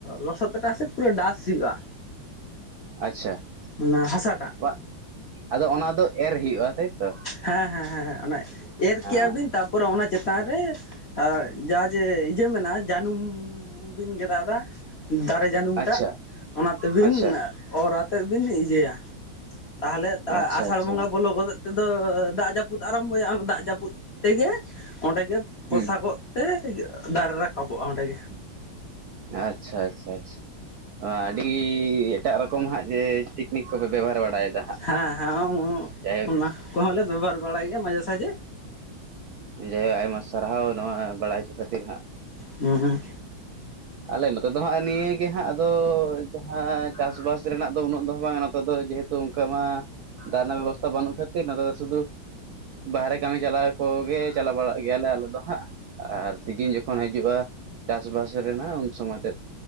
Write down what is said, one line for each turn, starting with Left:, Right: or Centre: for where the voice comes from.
Left: ᱞᱚᱥᱚᱫ ᱴᱟᱜ ᱥᱮ ᱯᱩᱨᱟᱹ ᱰᱟᱥ ᱥᱤ ᱦᱩᱭᱩᱜᱼᱟ᱾
Right: ᱟᱪᱪᱷᱟ
Left: ᱚᱱᱟ ᱦᱟᱥᱟᱴᱟᱜ
Right: ᱵᱟᱜ ᱟᱫᱚ ᱚᱱᱟ ᱫᱚ ᱮᱨ ᱦᱩᱭᱩᱜᱼᱟ ᱛᱟᱭᱛᱚ
Left: ᱦᱮᱸ ᱦᱮᱸ ᱦᱮᱸᱮᱸ ᱮᱨ
Right: ᱦᱮᱸ
Left: ᱠᱮᱭᱟ ᱵᱤᱱ ᱛᱟᱯᱼᱼ ᱯᱚᱨᱮ ᱚᱱᱟ ᱪᱮᱛᱟᱱ ᱨᱮ ᱟᱸ ᱡᱟᱸ ᱡᱮ ᱤᱭᱟᱹ ᱢᱮᱱᱟᱜᱼᱟ ᱡᱟᱱᱩᱢ ᱵᱤᱱ ᱜᱮ ᱫᱟᱜ ᱫᱟ ᱫᱟᱨᱮ ᱡᱟᱹᱱᱩᱢᱴᱟᱜ
Right: ᱟᱪᱪᱷᱟ
Left: ᱚᱱᱟ ᱛᱮᱵᱤᱱ
Right: ᱟᱪᱪᱷᱟ
Left: ᱚᱨ ᱟᱛᱮᱫ ᱵᱤᱱ ᱤᱭᱟᱹᱭᱟ ᱛᱟᱦᱚᱞᱮ ᱛᱟ
Right: ᱟᱪᱪᱷᱟ
Left: ᱟᱥᱟᱲ
Right: ᱟᱪᱪᱷᱟ
Left: ᱵᱚᱸᱜᱟ ᱵᱚᱞᱚ ᱜᱚᱫᱚᱜ ᱛᱮᱫᱚ ᱫᱟᱜ ᱡᱟᱹᱯᱩᱫ ᱟᱨᱟᱢᱵᱚᱭᱟ ᱚᱱᱟ ᱫᱟᱜ ᱡᱟᱹᱯᱩᱫ ᱛᱮᱜᱮ ᱚᱸᱰᱮ ᱜᱮ ᱯᱚᱥᱟᱜᱚᱜ
Right: ᱦᱩᱸ
Left: ᱛᱮ ᱫᱟᱨᱮ ᱨᱟᱠᱟᱵᱚᱜᱼᱟ ᱚᱸᱰᱮᱜᱮ
Right: ᱟᱪᱪᱷᱟ ᱟᱪᱪᱷᱟ ᱟᱪᱪᱷᱟ ᱟᱪ ᱟᱸ ᱟᱹᱰᱤ ᱮᱴᱟᱜ ᱨᱚᱠᱚᱢ ᱦᱟᱸᱜ ᱡᱮ ᱴᱮᱠᱱᱤᱠ ᱠᱚᱯᱮ ᱵᱮᱵᱚᱦᱟᱨ ᱵᱟᱲᱟᱭᱮᱫᱟ ᱦᱟᱸᱜ
Left: ᱦᱟᱸ ᱦᱟᱸ
Right: ᱡᱟᱭᱦᱳᱠ
Left: <unintelligible> ᱚᱱᱟ ᱠᱚᱦᱚᱸ ᱞᱮ ᱵᱮᱵᱚᱦᱟᱨ ᱵᱟᱲᱟᱭ ᱜᱮᱭᱟ ᱢᱟᱡᱷᱮ ᱥᱟᱡᱷᱮ
Right: ᱡᱟᱭᱦᱳ ᱟᱭᱢᱟ ᱥᱟᱨᱦᱟᱣ ᱱᱚᱣᱟ ᱵᱟᱲᱟᱭ ᱦᱚᱪᱚ ᱠᱷᱟᱹᱛᱤᱨ ᱦᱟᱸᱜ
Left: ᱦᱩᱸ
Right: ᱟᱞᱮ ᱱᱚᱛᱮ ᱫᱚ ᱦᱟᱸᱜ ᱱᱤᱭᱟᱹ ᱜᱮ ᱦᱟᱸᱜ ᱟᱫᱚ ᱡᱟᱦᱟᱸ ᱪᱟᱥ ᱵᱟᱥ ᱨᱮᱱᱟᱜ ᱫᱚ ᱩᱱᱟᱹᱜ ᱫᱚ ᱵᱟᱝᱟ ᱱᱚᱛᱮ ᱫᱚ ᱡᱮᱦᱳᱛᱩ ᱚᱱᱠᱟ ᱢᱟᱸ ᱫᱟᱜ ᱨᱮᱱᱟᱜ ᱵᱮᱵᱚᱥᱛᱷᱟ ᱵᱟᱹᱱᱩᱜ ᱠᱷᱟᱹᱛᱤᱨ ᱱᱚᱛᱮ ᱫᱚ ᱥᱩᱫᱷᱩ ᱵᱟᱦᱨᱮ ᱠᱟᱢᱤ ᱪᱟᱞᱟᱣ ᱠᱚᱜᱮ ᱪᱟᱞᱟᱣ ᱵᱟᱲᱟᱜ ᱜᱮᱭᱟᱞᱮ ᱟᱞᱮ ᱫᱚ ᱦᱟᱸᱜ ᱟᱨ ᱥᱤᱡᱤᱱ ᱡᱚᱠᱷᱚᱱ ᱦᱟᱹᱡ ᱡᱩᱜᱼᱟ ᱪᱟᱥᱵᱟᱥ ᱨᱮᱱᱟᱜ ᱩᱱ ᱥᱚᱢᱚᱭ ᱛᱮᱫ